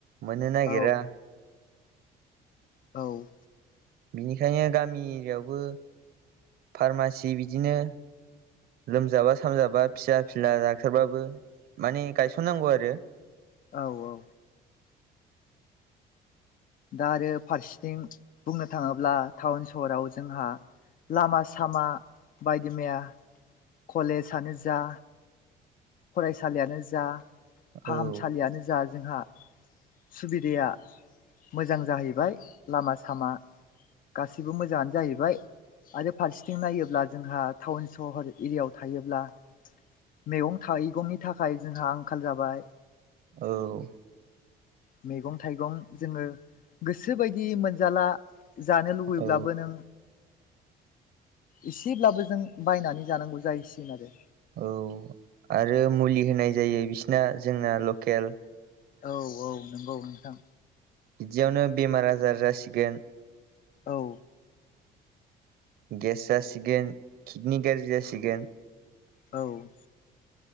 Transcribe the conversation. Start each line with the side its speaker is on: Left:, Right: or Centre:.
Right: मोननो नागिरा
Left: औ औ
Right: बिनिखायनो गामि एरियावबो फार्मासि बिदिनो लोमजाबा साजाबा फिसा फिला डक्टारबाबो माने गायसननांगौ आरो
Left: औ-औ दा आरो फारसेथिं बुंनो थाङोब्ला टाउन सहराव जोंहा लामा सामा बायदि मैया कलेजानो जा फरायसालियानो जा
Right: औ
Left: फाहामसालियानो
Right: औ
Left: जा जोंहा सुबिदाया मोजां जाहैबाय लामा सामा गासिबो मोजाङानो जाहैबाय आरो फारसेथिं नायोब्ला जोंहा टाउन सहर एरियाव थायोब्ला मैगं मैगं थाइगंनि थाखाय जोंहा आंखाल जाबाय
Right: औ
Left: मैगं थाइगं जोङो गोसोबायदि मोनजाला जानो लुबैब्लाबो
Right: औ
Left: नों एसेब्लाबो जों बायनानै जानांगौ जायैसिगोन आरो
Right: औ आरो मुलि होनाय जायो बिसिना जोंना लकेल
Left: औ औ नंगौ नोंथां
Right: बिदियावनो बेमार आजार जासिगोन
Left: औ
Right: गेस जासिगोन किडनि गाज्रि जासिगोन
Left: औ